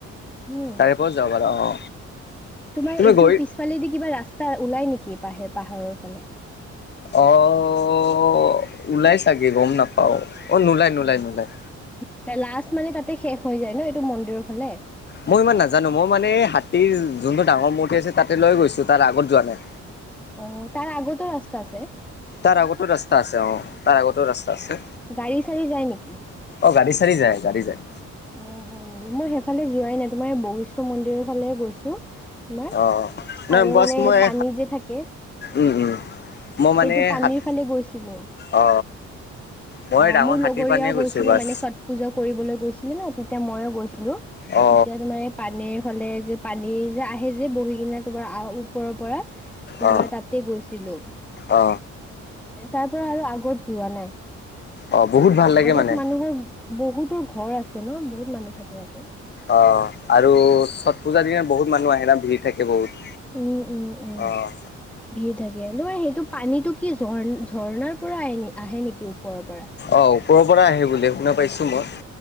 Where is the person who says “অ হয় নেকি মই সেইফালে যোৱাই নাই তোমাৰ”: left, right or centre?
Centre